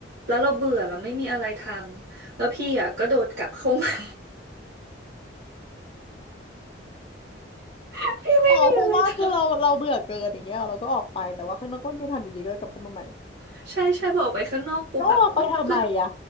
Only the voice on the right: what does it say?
แล้วเราเบื่อเราไม่มีอะไรทำแล้วพี่อะก็โดดกลับเข้ามา <laughs> พี่ไม่มีอะไรท
ำใช่ใช่พอออกไปข้างนอกปุ๊บแบบก็ก็